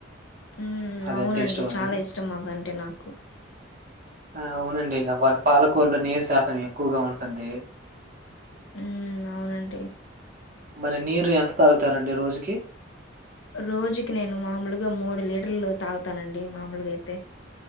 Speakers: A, on the left; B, on the right.
A: ఊహ్మ్
B: అదంటే
A: అవునండి
B: ఇష్టమా
A: చాలా
B: మీకు?
A: ఇష్టమవ్వంటే నాకు
B: ఆ అవునండి అ వాటి పాలకూరిలో నీరు శాతం ఎక్కువగా ఉంటుంది
A: ఊమ్ నవునంటి
B: మరి నీరు ఎంత తాగుతారండి రోజుకి
A: రోజుకి నేను మామూలుగా మూడు లీటర్లు తాగుతానండి మామూలుగయితే